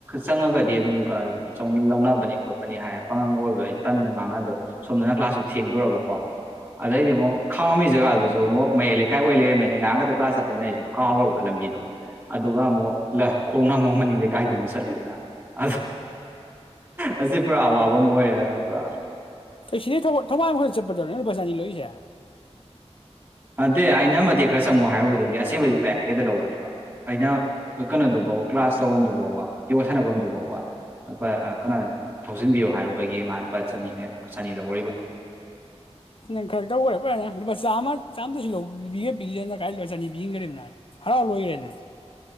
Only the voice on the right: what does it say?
ꯆꯪꯉꯒꯗꯤ ꯈꯨꯗꯝꯝꯔꯦ ꯂꯧꯅꯕꯅꯤ ꯈꯣꯠꯄꯅꯤ ꯍꯥꯏꯔꯦ ꯄꯥꯉꯜꯒ ꯑꯣꯏꯕ ꯑꯩ ꯇꯟꯗ ꯉꯥꯡꯅꯗꯣꯏ ꯁꯣꯝꯗꯅ ꯀ꯭ꯂꯥꯁꯇꯨ ꯊꯦꯡꯗꯣꯔꯔꯕꯀꯣ ꯑꯗꯩꯗꯤ ꯑꯃꯨꯛ ꯈꯥꯎꯝꯃꯤ ꯖꯒꯥꯗꯨꯁꯨ ꯑꯃꯨꯛ ꯃꯌꯥꯏ ꯂꯩꯀꯥꯏ ꯑꯣꯏ ꯂꯩꯔꯝꯃꯦ ꯑꯅꯦ ꯉꯔꯥꯡ ꯈꯛꯇ ꯀ꯭ꯂꯥꯁꯇ ꯑꯗꯨꯩꯅ ꯑꯩꯁꯨ ꯀꯥꯎꯔꯕ ꯂꯝꯕꯤꯗꯣ ꯑꯗꯨꯒ ꯑꯃꯨꯛ ꯈꯣꯡꯅ ꯑꯃꯨꯛ ꯃꯅꯤꯡ ꯂꯩꯀꯥꯏꯗꯣ ꯑꯃꯨꯛ ꯆꯠꯂꯤꯗꯅ ꯑꯗ ꯑꯁꯤ ꯄꯨꯔꯥ ꯑꯋꯥꯕ ꯑꯃꯨꯛ ꯑꯣꯏꯔꯦ ꯍꯥꯏꯔ ꯄꯨꯔꯥ
ꯅꯠꯇꯦ ꯑꯩꯅ ꯃꯇꯦꯛ ꯈꯔ ꯆꯪꯉꯨ ꯍꯥꯏꯔꯨꯕꯗꯒꯤ ꯑꯁꯦꯡꯕꯗꯤ ꯂꯨꯄꯥ ꯌꯥ ꯍꯥꯏ ꯈꯦꯛꯇ ꯂꯧꯕꯅꯦꯕ ꯑꯩꯅ ꯀꯩꯅꯣꯗꯨꯐꯥꯎ ꯀ꯭ꯂꯥꯁ ꯇꯧꯐꯝꯗꯨ ꯐꯥꯎꯕ ꯌꯣ ꯁꯥꯟꯅꯐꯝꯗꯨ ꯐꯥꯎꯕ ꯂꯨ ꯀꯩꯅꯣ ꯊꯧꯖꯤꯟꯕꯤꯌꯣ ꯍꯥꯏꯔꯨꯕꯒꯤ ꯃꯥ ꯂꯨꯄꯥ ꯆꯅꯤ ꯆꯅꯤ ꯂꯧꯔꯤꯕ